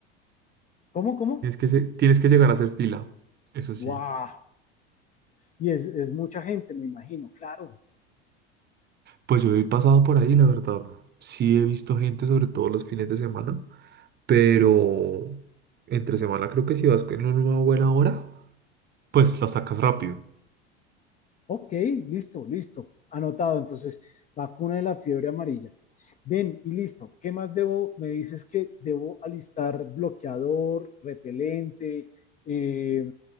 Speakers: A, on the left; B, on the right.
A: ¿Cómo, cómo?
B: tienes que, se- tienes que llegar a hacer fila, eso sí.
A: ¡Wow! Y es, es mucha gente, me imagino, claro.
B: Pues yo he pasado por ahí, la verdad. Sí he visto gente, sobre todo los fines de semana pero entre semana creo que si vas en una buena hora, pues la sacas rápido.
A: Ok, listo, listo, anotado. Entonces, vacuna de la fiebre amarilla. Ven, y listo. ¿Qué más debo? Me dices que debo alistar bloqueador, repelente, eh,